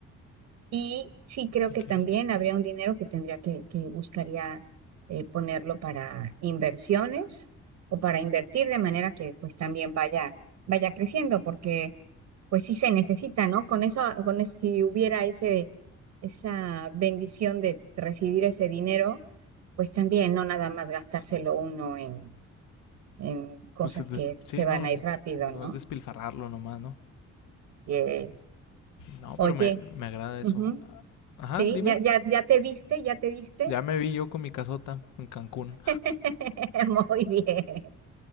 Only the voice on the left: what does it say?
Ok.
Pues eh, des-
sí,
no.
No
es despilfarrarlo nomás, ¿no?
No,
pero me, me agrada eso.
Ajá,
dime.
Ya me vi yo con mi casota en Cancún.